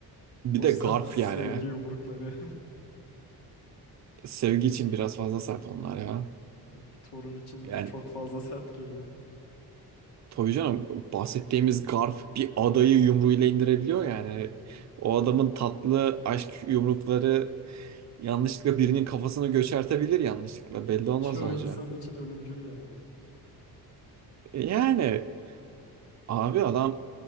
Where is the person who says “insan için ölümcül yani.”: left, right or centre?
Left